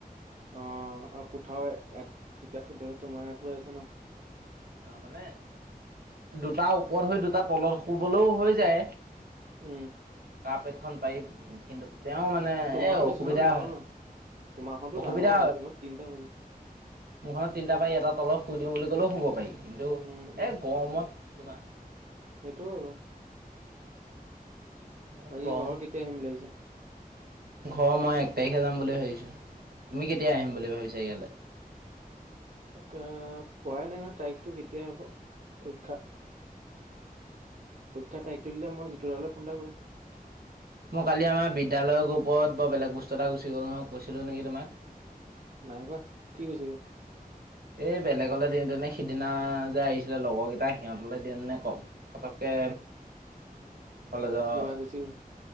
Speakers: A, on the right; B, on the right.
A: অ', আৰু কোঠাওয়াত তেতিয়া <unintelligible> তোমাৰ ইয়াতো আছে ন'।
B: অ', মানে দুটা ওপৰত হৈ দুটা তলত শুবলৈও হৈ যায়।
A: উম।
B: কাঁ পেটখন পাৰি কিন্তু তেওঁ মানে
A: তোমাৰো
B: এ অসুবিধা
A: বিচনাখন ডাঙৰ
B: হয়।
A: ন তোমাৰখনতো
B: অসুবিধা
A: ডাঙৰ হয় তোমাৰ তিনটা পাৰি
B: মহনত তিনিটা পাৰি এটা তলত শুই দিওঁ বুলি ক'লেও শুব পাৰি কিন্তু
A: উম উম
B: এ গৰমত তোমাৰ
A: সেইটোও আৰু
B: ইমান
A: বাকী
B: গৰম
A: ঘৰৰ কেতিয়া আহিম বুলি ভাবিছা।
B: ঘৰ মই এক তাৰিখে যাম বুলি ভাবিছো তুমি কেতিয়া আহিম
A: উম
B: বুলি ভাবিছা ইয়ালৈ
A: কোৱাই নাই নহ তাৰিখটো কেতিয়া হব পৰীক্ষা পৰীক্ষাটা একটো দিলে মই যিটোলে ফোন এটা কৰিম
B: মই কালি আমাৰ বিদ্যালয়ৰ ওপৰত বৰ বেলেগ বস্তু এটা গুচি গ'ল নহয় কৈছিলো নেকি তোমাক।
A: নাই কোৱা কি গুচ গল
B: এই বেলেগলৈ দিওঁতেনে সিদিনা যে আহিছিলে লগৰকেইটা সিহঁতলৈ দিওঁ নে কওক। পতকৈ কলেজৰ।
A: কিবা গুচি গ'ল